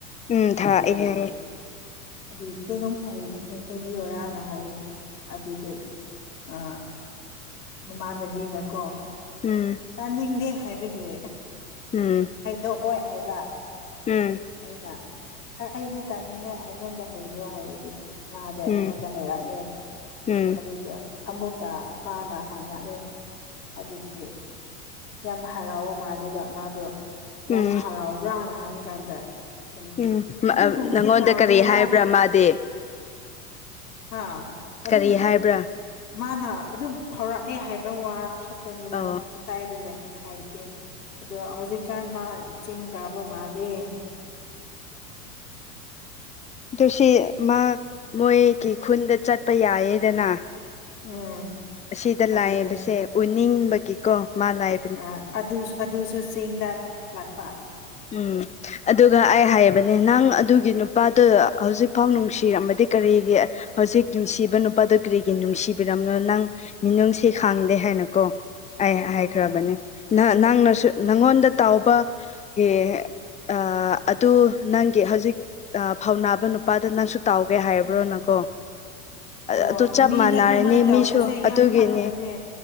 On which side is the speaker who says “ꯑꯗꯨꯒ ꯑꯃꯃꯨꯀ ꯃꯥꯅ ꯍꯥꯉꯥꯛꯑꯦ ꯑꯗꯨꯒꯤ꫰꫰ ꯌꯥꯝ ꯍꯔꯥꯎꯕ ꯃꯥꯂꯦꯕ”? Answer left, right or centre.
Left